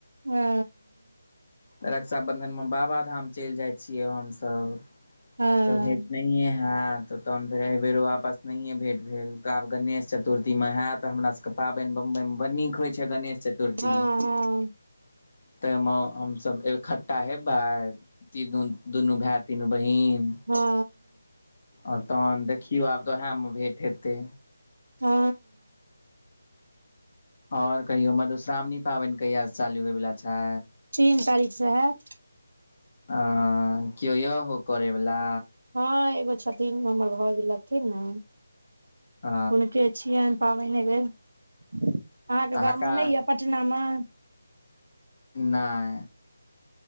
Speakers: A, on the right (about 70°); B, on the left (about 45°).
A: हा।
B: त रक्षा बंधन में बाबा धाम चेल जाय छिये हमसब
A: हँ
B: त भेट ने ह। होय त तहन फेर एहिबेर वापस नहिए भेट भेल त आब गणेश चतुर्थीमे होय त हमरा सब के। पाबेन बडि बईमे बड़ नीक होइ छे गणेश चतुर्थी।
A: हँ
B: त मे हमसठ्ठा हेबे तीनू दुनू भाय तीनू बहिन।
A: हा।
B: ओर तहन देखियौ आब तऽ उएहमे भेंट हेतै।
A: हा।
B: ओर कहियो मधुश्रावणी पाबेन कहियास चालू होयवला छे।
A: तीन तारीख से हायत।
B: हा कियो य हो करै वाला।
A: हा एगो छथिन हमर भाव जे लथिन ने
B: अ
A: हुनके छियनि। पाबेन ऐबेर अहा
B: तऽ
A: के गांम
B: हकार
A: मे पटना में।
B: नेय।